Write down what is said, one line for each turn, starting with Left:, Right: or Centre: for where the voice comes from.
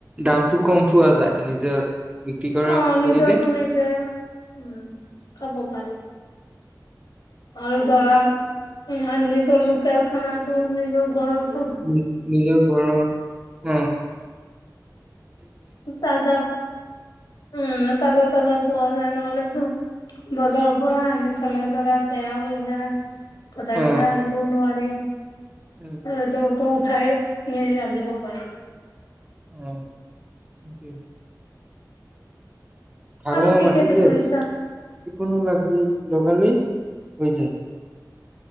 Right: দামটো কম পোৱা যায় নিজৰ বিক্ৰী কৰা
Left: অ নিজতো
Right: কৰিলে
Left: নিজে উম খাব পাৰি আৰু ধৰা ইমানদিন ত লোকেল খানাটো নিজৰ ঘৰত
Right: উম নিজৰ ঘৰৰ উম
Left: তাজা উম তাজা তাজা পোৱা যায় নহ'লে দুখ বজাৰৰ পৰা আনি থলে ধৰা বেয়া হৈ যায় সদায়
Right: অ
Left: সদায় আনিবও নোৱাৰি অ
Right: উম
Left: আৰুটো ত উঠাই নে ৰান্ধিব পাৰে
Right: অঅঅ খাৰা
Left: আৰু কি
Right: মাটি
Left: খেতি
Right: যে
Left: কৰিছা?
Right: যিকোনো লগালেই অই যে